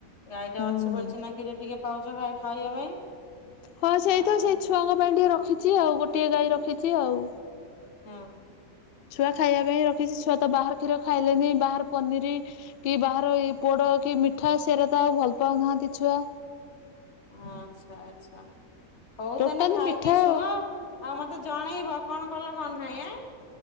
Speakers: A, on the left; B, on the left.
A: ଗାଈଟା
B: ହୁଁ
A: ଅଛି ବୋଲଛି ସିନା କ୍ଷୀର ଟିକେ ପାଉଚ ଖା ଖାଇବା ପାଇଁ।
B: ହଁ ସେଇ
A: ଆଉ
B: ତ ସେଇ ଛୁଆଙ୍କ ପାଇଁ ଟିକେ ରଖିଚି ଆଉ ଗୋଟିଏ ଗାଈ ରଖିଚି ଆଉ।
A: ହଁ।
B: ଛୁଆ ଖାଇବା ପାଇଁ ରଖିଚି ଛୁଆ ତ ବାହାର କ୍ଷୀର ଖାଇଲେନି ବାହର ପନିର୍ କି ବାହାର ଏଇ ପୋଡ଼ କି ମିଠା ସେରା ତ ଆଉ ଭଲ ପାଉନାହାନ୍ତି ଛୁଆ।
A: ଅଁ ଆଚ୍ଛା ଆଚ୍ଛା ହଉ
B: ଟୋଟାଲି
A: ତାନେ ଖାଇକି
B: ମିଠା
A: ଶୁଅ। ଆଉ ମତେ ଜଣେଇବ କଣ କଲ କଣ ନାହିଁ ଆଁ?